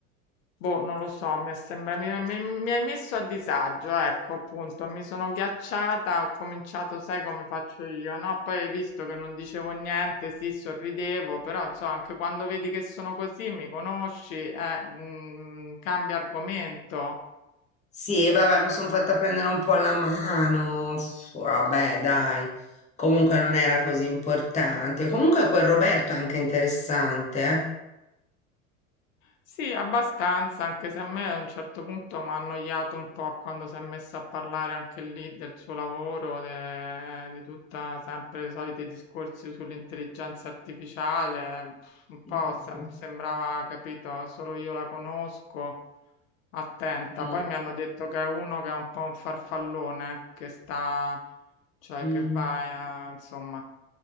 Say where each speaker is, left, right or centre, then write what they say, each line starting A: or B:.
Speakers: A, on the left (about 75°); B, on the left (about 20°).
A: boh, non lo so, mi è sembra, mi, mi- mi hai messo a disagio, ecco, appunto, mi sono ghiacciata, ho cominciato, sai come faccio io, no? Poi hai visto che non dicevo niente, sì, sorridevo, però insomma, anche quando vedi che sono così, mi conosci, eh, mm, cambia argomento.
B: Sì, e vabbè, mi sono fatta prendere un po' la mano. pff, Vabbè, dai. Comunque non era così importante. Comunque quel Roberto è anche interessante,
A: Sì, abbastanza, anche se a me a un certo punto m'ha annoiato un po' quando si è messa a parlare anche lì del suo lavoro, de- di tutta sempre i soliti discorsi sull'intelligenza artificiale, pff, un po'
B: eh.
A: sem- sembrava, capito, solo io la conosco, attenta.
B: Mm,
A: Poi mi hanno detto che è uno che è un po' un farfallone, che sta, cioè
B: mm,
A: che va, eh, insomma